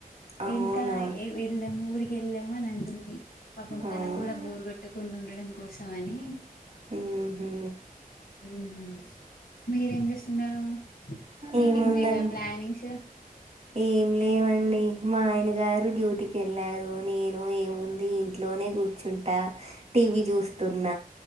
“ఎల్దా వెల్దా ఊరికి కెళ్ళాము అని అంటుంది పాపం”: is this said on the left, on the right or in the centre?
Left